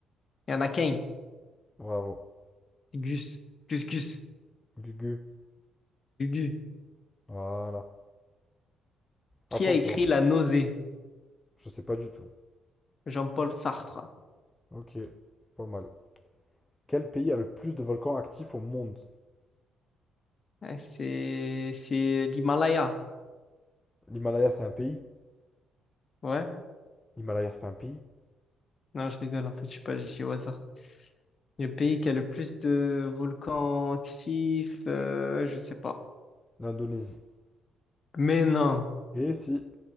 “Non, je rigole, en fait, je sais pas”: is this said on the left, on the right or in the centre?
Left